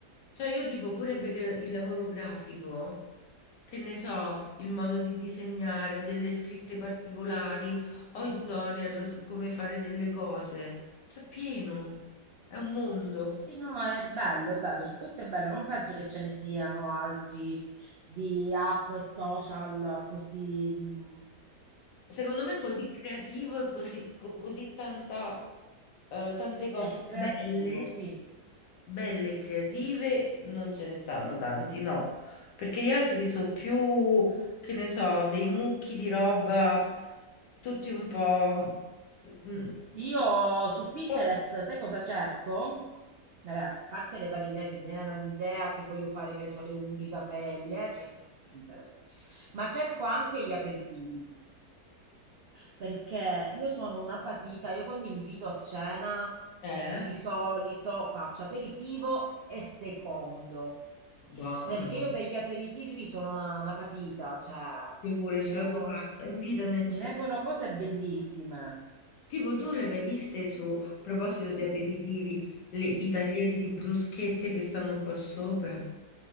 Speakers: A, on the left; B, on the right.
A: Cioè io tipo pure per il lavoro grafico, che ne so, il modo di disegnare o delle scritte particolari o i tutorial su come fare delle cose, c'è pieno, è un mondo.
B: Sì, sì, no, è bello, è bello, su questo è bello, non penso che ce ne siano altri di app e social così mh,
A: Secondo me è così
B: in-
A: creativo e così, co- così tanta, eh, tante cose
B: eh, creativo,
A: belle.
B: sì.
A: Belle e creative non ce ne stanno tanti, no, perché gli altri sono più, che ne so, dei mucchi di roba, tutti un po'... mm,
B: Io su Pinterest,
A: troppo-
B: sai cosa cerco? Vabbè, a parte le varie idee, se mi viene un'idea che voglio fare, che ne so, le unghie, i capelli, eh, cerco su Pinterest, ma cerco anche gli aperitivi. Perché io sono una patita, io quando invito a cena
A: Eh?
B: di solito faccio aperitivo e secondo,
A: Buono,
B: perché io per gli aperitivi sono una, una patita, cioè
A: io pure
B: mi
A: ci
B: vengono,
A: vado pazza, invitami a
B: mi
A: cena.
B: vengono cose bellissime.
A: Tipo tu le hai mai viste su, a proposito di aperitivi, le- i taglieri di bruschette che stanno qua sopra?